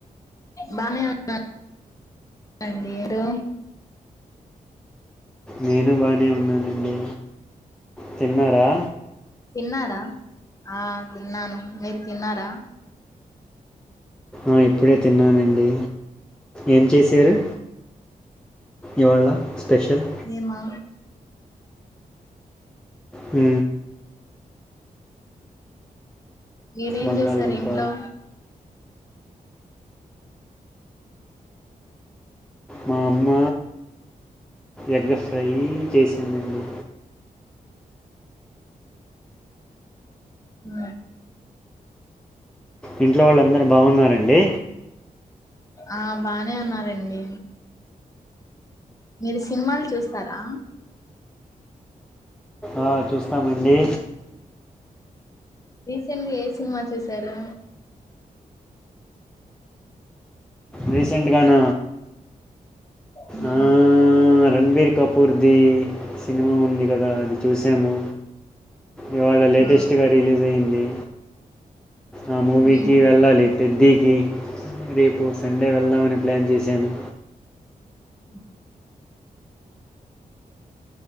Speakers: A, on the left (about 20°); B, in the centre.
A: బానే ఉన్నాండి మీరు
B: నేను బానే ఉన్నానండి తిన్నారా
A: తిన్నారా ఆ తిన్నాను మీరు తిన్నారా
B: ఆ ఇప్పుడే తిన్నానండి ఏం చేశారు ఇవాళ స్పెషల్
A: మేమా
B: ఉ
A: మీరేం
B: బంగాళదుంప
A: చేసారు ఇంట్లో
B: మా అమ్మ ఎగ్గ ఫ్రై చేసిందండి
A: ఉ
B: ఇంట్లో వాళ్ళందరు బాగున్నారండి
A: ఆ బానే ఉన్నారండి మీరు సినిమాలు చూస్తారా
B: ఆ చూస్తామండి
A: రీసెంట్ గా ఏ సినిమా చూశారు
B: రీసెంట్ గాన
A: ఉమ్,
B: ఆ రణబీర్ కపూర్ది సినిమా ఉంది కదా అది చూసాము ఇవాళ లేటెస్ట్
A: ఆ
B: గా రిలీజ్ అయింది ఆ మూవీకి
A: ఉమ్.
B: వెళ్ళాలి పెద్దికి రేపు సండే వెళ్దామని ప్లాన్ చేశాను
A: అ